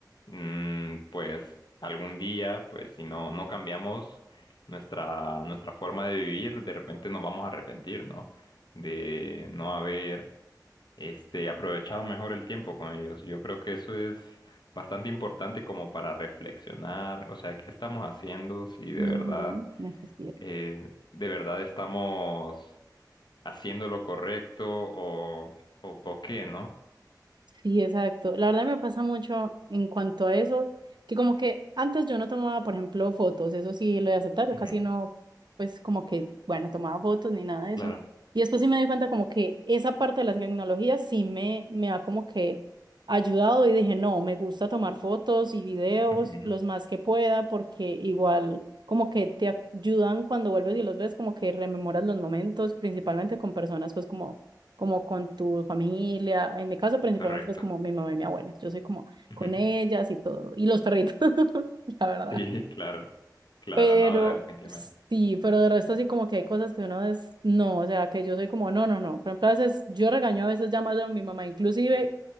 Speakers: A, on the left (about 75°); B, on the right (about 75°).
A: mm, pues algún día, pues si no, no cambiamos nuestra, nuestra forma de vivir, de repente nos vamos a arrepentir, ¿no? De no haber este, aprovechado mejor el tiempo con ellos. Yo creo que eso es bastante importante como para reflexionar, o sea, ¿qué estamos haciendo? Si de
B: Ujú,
A: verdad,
B: Eso es cierto.
A: eh, de verdad estamos haciendo lo correcto o, o, o qué, ¿no?
B: Sí, exacto. La verdad me pasa mucho en cuanto a eso, que como que antes yo no tomaba, por ejemplo, fotos, eso sí lo he aceptado, yo
A: Ujú.
B: casi no, pues como que, bueno, tomaba fotos ni nada de eso.
A: Claro.
B: Y después sí me di cuenta como que esa parte de las tecnologías sí me, me ha como que ayudado y dije, no, me gusta tomar fotos y videos
A: Ujú,
B: los más que pueda porque igual como que te ayudan cuando vuelves y los ves, como que rememoras los momentos, principalmente con personas pues como como con tu familia, en mi caso principalmente
A: Correcto.
B: pues como mi mamá y mi abuela, yo soy como
A: Ujú.
B: con ellas y todo, y los perritos, <laughs> la verdad.
A: Sí, <laughs> claro. Claro,
B: Pero
A: no, definitivamente.
B: sí, pero de resto sí como que hay cosas que uno es, no, o sea, que yo soy como, no, no, no, por ejemplo, a veces yo regaño a veces ya más a mi mamá inclusive